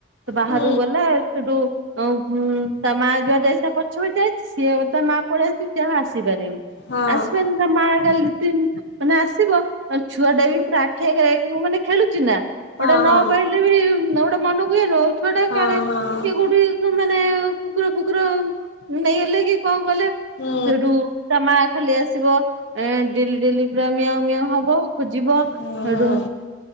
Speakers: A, on the right; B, on the left.
A: ତ ବାହାରକୁ
B: ହୁଁ
A: ଗଲା ସେଠୁ ଉଁ ତା ମା ଯୁଆଡେ ଯାଇଚି ତାପଛେ ପଛେ ଯାଇଚି ସିଏ ତା ମା ପଳେଇଛି ସିଏ ଆଉ ଆସିପାରିନି
B: ହଁ।
A: ଆସିପାରିନି ତା ମା କାଲି ଲୁଟିନ୍ ମାନେ ଆସିବ ଛୁଆ ଟା ବି ପୁରା ଆଖି ଆଗରେ ମାନେ ଖେଳୁଛି ନା ଗୋଟା
B: ହଁ
A: ନ
B: ହଁ
A: ପାଇଲେ ଏତେବି ଗୋଟେ ମନକୁ ଇଏ ନୁହଁ ଛୁଆଟା
B: ହଁ
A: କାଲେ କିଏ
B: ହଁ
A: କୋଉଠି ତ ମାନେ କୁକୁର ଫୁକୁର ନେଇଗଲେ କି କଣ କଲେ
B: ହୁଁ
A: ସେଠୁ ତା ମା ଖାଲି ଆସିବ ଏ ଡେଲି ଡେଲି ପୁରା ମିଆଉଁ ମିିଆଉଁ ହବ ଖୋଜିବ
B: ହୁଁ
A: ହେଟୁ
B: ହୁଁ।